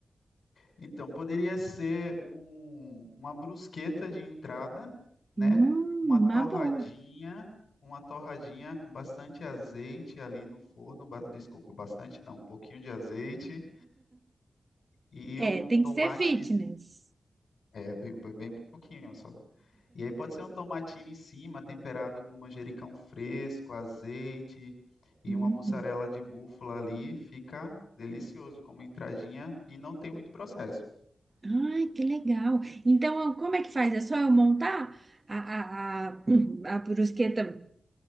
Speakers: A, on the left; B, on the right.
A: Então, poderia ser um- uma brusqueta de entrada, né?
B: Hum,
A: Uma
B: uma
A: torradinha,
B: boa.
A: uma torradinha com bastante azeite ali no forno, ba- desculpa, bastante não, um pouquinho de azeite e
B: É,
A: um
B: tem
A: tomate,
B: que ser fitness.
A: é, bem, bem pouquinho só. E aí pode ser um tomatinho em cima, temperado com manjericão fresco, azeite e
B: Uhum.
A: uma mussarela de búfala ali, fica delicioso como entradinha e não tem muito processo.
B: Ai, que legal. Então, como é que faz? É só eu montar a, a, a, a brusqueta?